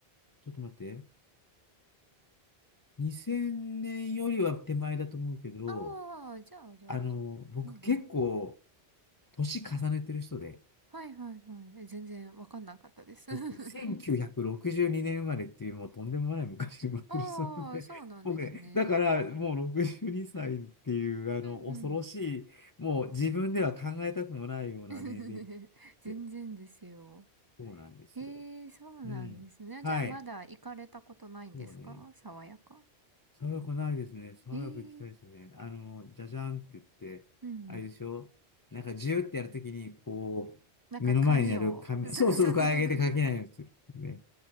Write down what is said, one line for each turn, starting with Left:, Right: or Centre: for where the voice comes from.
Left: ちょっと待って、2000年よりは手前だと思うけど、
Right: ああ、じゃあ、じゃあ、
Left: あの、
Right: じゃあ。
Left: 僕結構、
Right: うんうん。
Left: 年重ねてる人で、
Right: はいはいはい。え全然わかんなかったです。
Left: 僕、
Right: <laughs>
Left: 1962年生まれっていう、もうとんでもない昔に生まれてる人うで、
Right: ああ、そうなんですね。
Left: <laughs> 僕ね、だからもう62歳っていう、あの、
Right: うんうん。
Left: 恐ろしい、もう自分では考えたくもないような年齢
Right: <laughs> 全然ですよ。
Left: で、そうなんですよ。
Right: へえ、そうなんですね。
Left: うん。はい。
Right: じゃあまだ行かれたことないんですか爽やか。
Left: そうね。爽やかないですね。爽やか行きたいですね。
Right: ええ、
Left: あの、じゃじゃんって言って、
Right: うんうん。
Left: あれでしょなんかジューってやるときに、こう、
Right: なんか髪を、
Left: 目の前にある紙、
Right: <laughs> そうそう。
Left: そうそう、こえ上げて書けないようにする。ね。